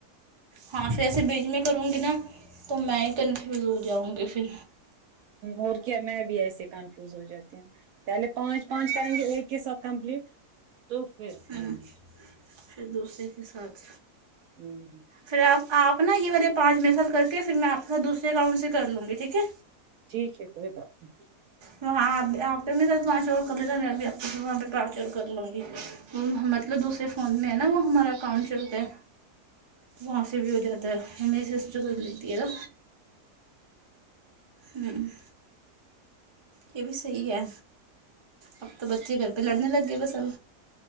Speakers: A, on the right (about 35°); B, on the right (about 65°).
A: ہاں پھر ایسے بیچ میں کروں گی نا تو میں ہی کنفیوز ہو جاؤں گی پھر
B: اور کیا میں بھی ایسے کنفیوز ہو جاتی ہوں پہلے پانچ پانچ کریں گے ایک کے ساتھ کمپلیٹ تو پھر کریں
A: امم
B: گے
A: پھر دوسرے کے ساتھ
B: امم
A: پھر آپ آپ نا یہ والے پانچ میرے ساتھ کر کے پھر میں آپ کےساتھ دوسرے اکاؤنٹ سے کر لوں گی ٹھیک ہے
B: ٹھیک ہے کوئی بات نہیں
A: وہاں آپ آپ پہ میر پانچ اور کر لینا میں بھی آپ وہاں پہ پانچ اور کر لوں گی وہ مطلب دوسرے فون میں ہے نا وہ ہمارا اکاؤنٹ چلتا ہے تو وہاں سے بھی ہو جاتا ہے میری سسٹر کر لیتی ہے نا امم یہ بھی صحیح ہے اب تو بچے گھر پہ لڑنے لگ گے بس اب